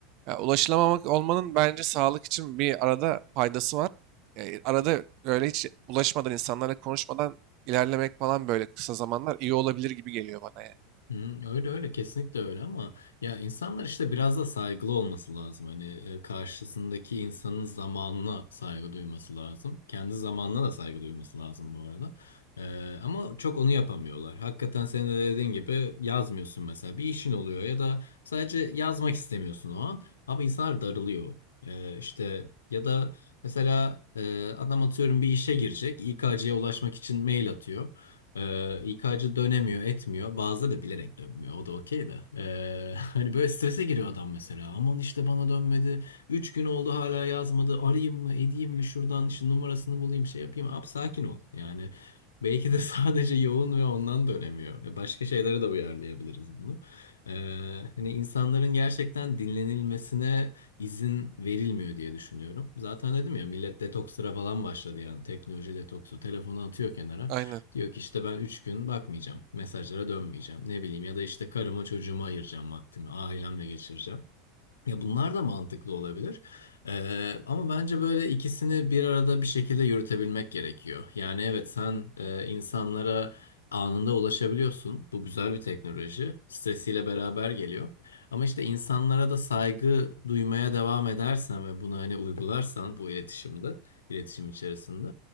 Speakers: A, on the right (about 50°); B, on the left (about 80°).
A: Ya, ulaşılamamak olmanın bence sağlık için bir arada faydası var. E, arada böyle hiç ulaşmadan insanlarla konuşmadan ilerlemek falan böyle kısa zamanlar iyi olabilir gibi geliyor bana yani.
B: Hmm, öyle öyle kesinlikle öyle ama ya insanlar işte biraz da saygılı olması lazım. Hani e, karşısındaki insanın zamanına saygı duyması lazım. Kendi zamanına da saygı duyması lazım bu arada. E, ama çok onu yapamıyorlar. Hakikaten senin de dediğin gibi yazmıyorsun mesela bir işin oluyor ya da sadece yazmak istemiyorsun o an. Ama insanlar darılıyor. E, işte ya da mesela e, adam atıyorum bir işe girecek. İK'ya ulaşmak için mail atıyor. Ee, İK'cı dönemiyor, etmiyor. Bazıları da bilerek dönmüyor. O da okey de. Ee, <laughs> hani böyle strese giriyor adam mesela. Aman işte bana dönmedi. Üç gün oldu hala yazmadı. Arayayım mı, edeyim mi şuradan işte numarasını bulayım, şey yapayım. Abi sakin ol. Yani belki de <laughs> sadece yoğun ve ondan dönemiyor. E, Başka şeylere de uyarlayabiliriz bunu. Ee, hani insanların gerçekten dinlenilmesine izin verilmiyor diye düşünüyorum. Zaten dedim ya millet detokslara falan başladı yani. Teknoloji detoksu. Telefonu atıyor kenara.
A: Aynen.
B: Diyor ki işte ben 3 gün bakmayacağım. Mesajlara dönmeyeceğim. Ne bileyim ya da işte karıma çocuğuma ayıracağım vaktimi. Ailemle geçireceğim. Ya bunlar da mantıklı olabilir. Ee, ama bence böyle ikisini bir arada bir şekilde yürütebilmek gerekiyor. Yani evet sen e, insanlara anında ulaşabiliyorsun. Bu güzel bir teknoloji. Stresiyle beraber geliyor. Ama işte insanlara da saygı duymaya devam edersen ve bunu hani uygularsan bu iletişimde, iletişim içerisinde